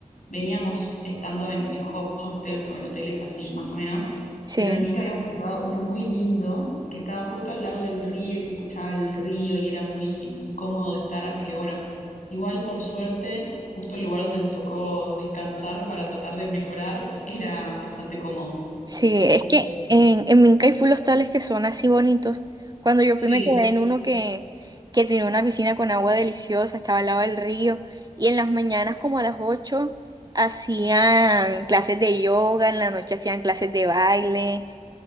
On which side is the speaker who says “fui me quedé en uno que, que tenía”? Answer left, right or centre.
Right